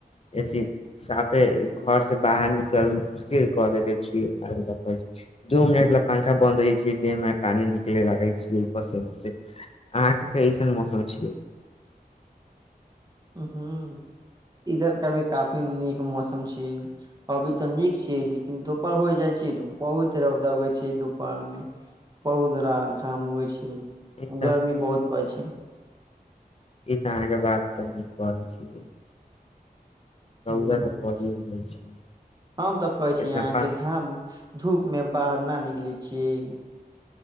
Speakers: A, on the left; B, on the right.
A: अथी साफे घर से बाहर निकल मुश्किल कऽ देले छियै दू मिनट ला पंखा बन्द होइ छै देहमे पानी निकले लगै छियै पसीना से अहाँ के कइसन मौसम छियै
B: हूंम्म इधर तऽ अभी काफी नीक मौसम छियै अभी तऽ नीक छियै लेकिन दुपहर हो जाइ छै ने बहुत रौदा उगै छियै दुपहरमे बहुत रा घाम उगए छै
A: ई तऽ
B: गर्मी बहुत पड़ छै
A: ई तऽ अहाँ के बात तऽ नीक कहै छियै रौदा
B: हूंम्म
A: तऽ बड़ी उगै छै
B: हम तऽ कहै छियै
A: इतना
B: अहाँके
A: पा
B: घाम धूप मे बाहर न निकले छियै